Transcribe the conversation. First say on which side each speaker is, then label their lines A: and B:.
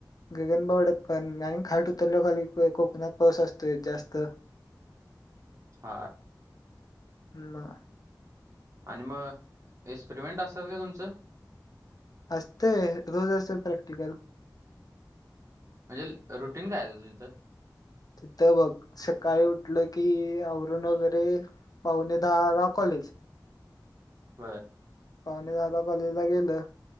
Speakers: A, on the left (about 55°); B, on the right (about 45°).
A: गगनबावड्यात पण आणि खाट उतरल खाली कोकणात पाऊस असतोय जास्त
B: ह
A: म
B: आणि मग एक्सपेरिमेंट असतात का तुमचं
A: असतेय रोज अस प्रॅक्टिकल
B: म्हणजे रुटीन काय तुझं तिथं
A: तिथं बघ सकाळी उठलं कि औवरण वगैरे पाहुणे दहा ला कॉलेज
B: बर
A: पाहणे झाला कॉलेजला गेलं